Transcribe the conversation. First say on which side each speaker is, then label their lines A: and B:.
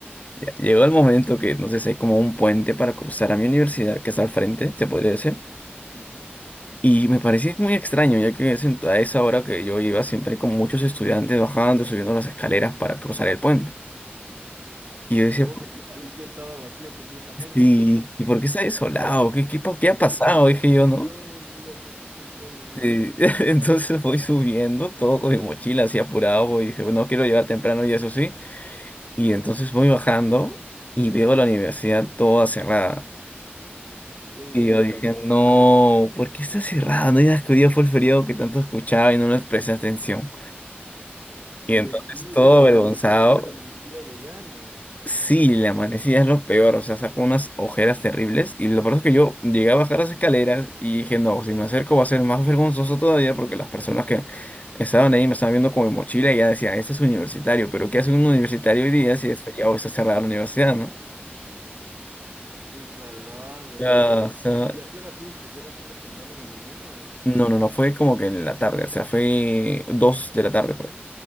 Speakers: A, on the left (about 40°); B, on the right (about 65°).
A: Ya, Llegó el momento que, no sé, si hay como un puente para cruzar a mi universidad, que está al frente, se podría decir.
B: ujú.
A: Y me parecía muy extraño, ya que es en- a esa hora que yo iba siempre con muchos estudiantes bajando, subiendo las escaleras para cruzar el puente. Y yo decía,
B: Oh,
A: "¿Por qué
B: ya, y que estaba vacío completamente.
A: sí, ¿y por qué está desolado? ¿Qué, qué, pa- qué ha pasado? Dije yo, ¿no?
B: No me digas eso, qué cague,
A: Este,
B: ¿eh?
A: <laughs> entonces voy subiendo, todo con mi mochila así apurado, voy, dije, no quiero llegar temprano y eso sí. Y entonces voy bajando y veo la universidad toda cerrada.
B: Qué brutalidad,
A: Y yo dije, no,
B: güey.
A: ¿por qué está cerrada? No digas que hoy día fue el feriado que tanto escuchaba y no les presté atención.
B: Mentira,
A: Y entonces todo avergonzado,
B: ¿y qué te pegaste la amanecida de gana?
A: sí, la manecilla es lo peor, o sea, sacó unas ojeras terribles y lo peor es que yo llegué a bajar las escaleras y dije, no, si me acerco va a ser más vergonzoso todavía porque las personas que estaban ahí me estaban viendo con mi mochila y ya decían, ese es universitario, pero ¿qué hace un universitario hoy día si es feriado está cerrada la universidad, ¿no?
B: Qué salado,
A: Ah,
B: oye.
A: o sea,
B: ¿Y a qué hora fuiste? ¿Que era súper temprano en la mañana?
A: no, no, no, fue como que en la tarde, o sea, fue dos de la tarde por ahí.